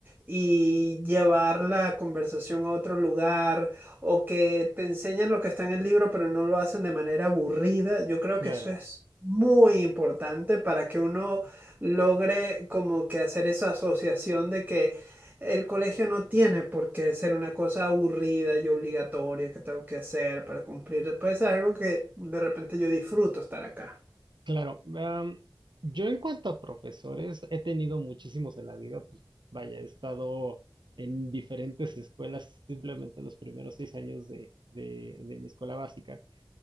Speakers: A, on the right; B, on the right.
A: y llevar la conversación a otro lugar o que te enseñan lo que está en el libro, pero no lo hacen de manera aburrida. Yo creo
B: claro.
A: que eso es muy importante para que uno logre como que hacer esa asociación de que el colegio no tiene por qué ser una cosa aburrida y obligatoria que tengo que hacer para cumplir. Puede ser algo que de repente yo disfruto estar acá.
B: Claro, am, yo en cuanto a profesores, he tenido muchísimos en la vida, pues vaya, he estado en diferentes escuelas simplemente los primeros seis años de, de- de mi escuela básica